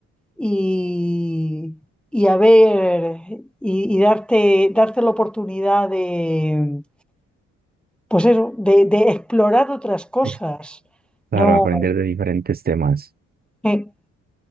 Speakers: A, in the centre; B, on the right.
A: y, y a ver, y, y darte, darte la oportunidad de, pues eso, de, de explorar otras cosas.
B: Es Claro,
A: No,
B: aprender de diferentes temas.
A: Eh,